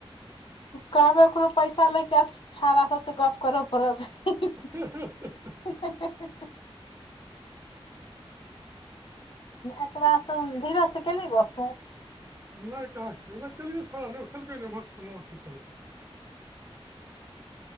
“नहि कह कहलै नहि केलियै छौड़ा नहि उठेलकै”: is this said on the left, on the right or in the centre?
Right